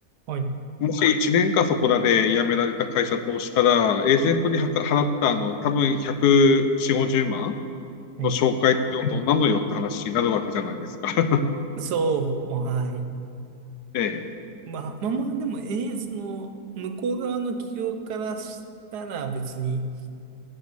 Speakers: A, on the right (about 85°); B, on the left (about 80°).
A: はい、
B: もし1年かそこらで辞められた会社としたら、エージェントに払ったあの、多分140、5万
A: はい
B: の紹介ってことなのよって話になるわけじゃないですか。<laughs>
A: そう、はい。
B: ええ
A: まあ、まあまあ、でも、ええ、その、向こう側の企業からしたら別に、